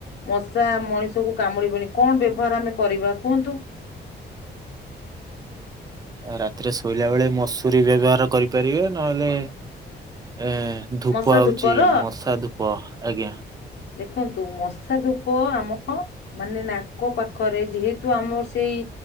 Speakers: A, on the left; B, on the right.
A: ମଶା ମଣିଷକୁ କାମୁଡି଼ବନି କଁ ବ୍ୟବହାର ଆମେ କରିବା କୁହନ୍ତୁ।
B: ଅ ରାତିରେ ଶୋଇଲା ବେଳେ ମଶୁରୀ ବ୍ୟବହାର କରିପାରିବେ ନହେଲେ ଏ ଧୂପ
A: ମଶା
B: ଆଉଚି
A: ଧୂପର
B: ମଶା ଧୂପ ଆଜ୍ଞା।
A: ଦେଖନ୍ତୁ ମଶା ଧୂପ ଆମ ମାନେ ନାକ ପାଖରେ ଯେହେତୁ ଆମର ସେଇ